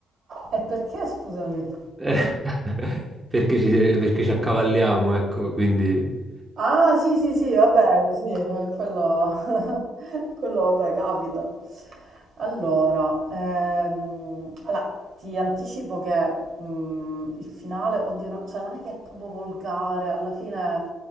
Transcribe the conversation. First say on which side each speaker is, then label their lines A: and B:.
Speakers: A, on the right; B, on the right.
A: E perché, scusami?
B: <laughs> perché ci, perché ci accavalliamo, ecco, quindi...
A: Ah, sì, sì, sì, vabbè, sì, eh, quello, <laughs> quello, vabbè, capita. Allora, ehm, allora, ti anticipo che mm, il finale, oddio, no- cioè non è che è proprio volgare, alla fine